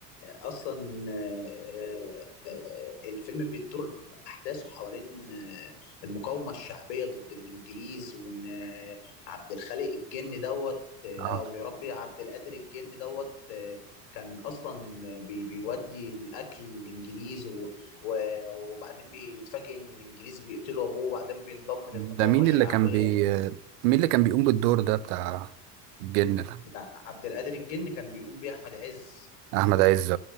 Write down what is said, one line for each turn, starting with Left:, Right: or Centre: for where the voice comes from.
Left: اصلا آه، آه، الفيلم بيدور احداثه حوالين آه، المقاومه الشعبيه ضد الانجليز وان آه، عبد الخالق الجن دوت آه،
Right: اه
Left: او يا ربي عبد القادر الجن دوت آه، كان اصلا بي بيودي الاكل للانجليز و- و- وبعدين بيتفاجئ ان الانجليز بيقتلوا ابوه وبعدين بينضم للمقاومه
Right: ده مين
Left: الشعبيه
Right: اللي كان بي مين اللي كان بيقوم بالدور ده بتاع الجن ده
Left: ده عبد القادر الجن كان بيقوم بيه احمد عز
Right: احمد عز